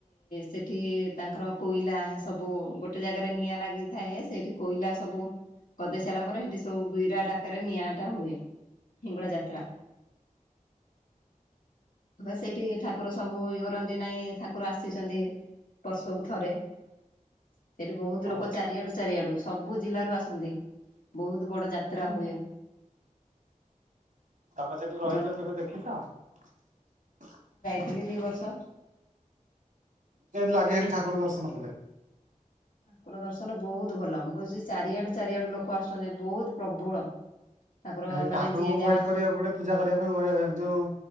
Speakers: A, on the left; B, on the right.
A: ସେଠି ତାଙ୍କର କୋଇଲା ସବୁ ଗୋଟେ ଜାଗାରେ ନିଆ ଲାଗିଥାଏ ସେଠି କୋଇଲା ସବୁ ଗଦେଇ ସାରିଲା ପରେ ସେଠି ସବୁ ବିରା ଡାକରେ ନିଆଁଟା ହୁଏ। ହିଙ୍ଗୁଳା ଯାତ୍ରା। ହ ସେଇଠି ଠାକୁର ସବୁ ଇଓ କରନ୍ତି ନାଇଁ ଠାକୁର ଆସିଛନ୍ତି ବର୍ଷକୁ ଥରେ ସେଇଠି ବହୁତ
B: ହଁ
A: ଲୋକ ଚାରିଆଡୁ ଚାରିଆଡୁ ସବୁ ଜିଲ୍ଲାରୁ ଆସନ୍ତି ବହୁତ ବଡ ଯାତ୍ରା ହୁଏ।
B: ତମେ ସେଠି ରହିଛ
A: ଜନ୍
B: କେବେ ଦେଖିଛ।?
A: ଦି ଦି ବର୍ଷ।
B: କେମିତି ଲାଗେ ହେରି ଠାକୁର ଦର୍ଶନ କଲେ?
A: ଠାକୁର ଦର୍ଶନ ବହୁତ ଭଲ ମୁଁ କହୁଛି ଚାରିଆଡୁ ଚାରିଆଡୁ ଲୋକ ଆସୁଛନ୍ତି ବହୁତ ପ୍ରବଳ ଠାକୁର
B: ଏଇ
A: ମାନେ
B: ଠାକୁରଙ୍କୁ
A: ଯିଏ ଯାହା
B: ୱେଟ୍ କରିବାକୁ ପଡିବ ପୂଜା କରିବା ପାଇଁ ଯୋଉ